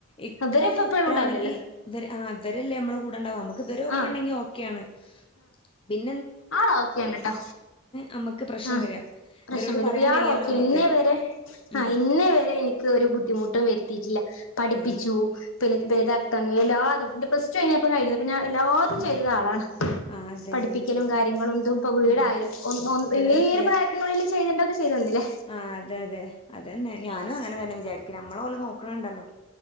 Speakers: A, on the left (about 25°); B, on the left (about 60°).
A: ഇക്ക
B: ഇവരിപ്പ
A: സൂപ്പ്റാണെങ്കി.
B: എപ്പഴും ഉണ്ടാവില്ലല്ലോ
A: വര് ആഹ് വരല്ലേ അമ്മളെ കൂടെ ണ്ടാവ അമ്മക്ക് വരൊപ്പണ്ടെങ്കി
B: ആ
A: ഓക്കെയാണ് പിൻ
B: ആളോക്കെയാണ് ട്ടോ
A: നമ്മക്ക് പ്രശ്നം
B: ആഹ്
A: വര
B: പ്രശ്നം
A: ഇവരോട്
B: വരുമ്പയാളോക്കെയാ
A: പറയാൻ വയ്യല്ലോ നമ്മക്ക്
B: ഇന്നേവരെ.
A: ഉം
B: ആഹ് ഇന്നേ വരെ എനിക്ക് ഒരു ബുദ് ദ്ധിമുട്ടും വരുത്തിറ്റില്ല. പഠിപ്പിച്ചു
A: ആഹ്
B: പിന്നെ <unintelligible> എല്ലാതും ന്റെ പ്ലസ് റ്റു കഴിഞ്ഞപ്പ കഴിഞ്ഞാ പിന്നെ എല്ലാതും
A: ആഹ്
B: ചെയ്തതാളാണ്
A: ആഹ് അതെ
B: പഠിപ്പി
A: അതെ
B: ലും
A: അപ്പം
B: കാര്യങ്ങളും തും പ്പൊ വീടായി
A: ഉം
B: ഒൻ ഒൻ
A: നിലനിർത്തിത
B: ഇ ഈ ഒരു പ്രായത്തിനുള്ളില് ചെയ്യണ്ടത് ചെയ്തു തന്നിലേ.
A: ആഹ് അതെ അതെ അതന്നെ ഞാനും അങ്ങനെ തന്നെ വിജാരിക്ക്ണ് നമ്മളെ ഓല് നോക്ക്ണ് ണ്ടല്ലോ.